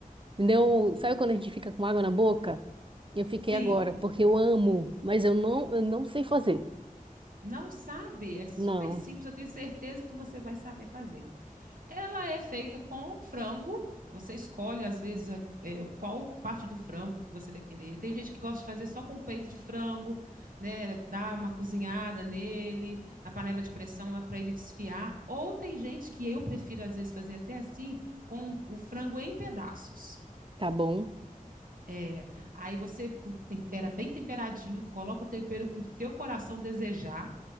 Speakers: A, on the right; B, on the right.
A: Me deu. um, Sabe quando a gente fica com água na boca? Eu fiquei
B: Sim.
A: agora, porque eu amo, mas eu não, eu não sei fazer.
B: Não sabe? É super
A: Não,
B: simples, eu tenho certeza que você vai saber fazer. Ela é feita com frango. Você escolhe, às vezes, a- é, qual parte do frango que você vai querer. Tem gente que gosta de fazer só com peito de frango, né? Dar uma cozinhada nele, na panela de pressão, lá para ele desfiar. Ou tem gente que eu prefiro, às vezes, fazer até assim, com o frango em pedaços.
A: tá bom.
B: É, aí você cu- tempera bem temperadinho, coloca o tempero que o teu coração desejar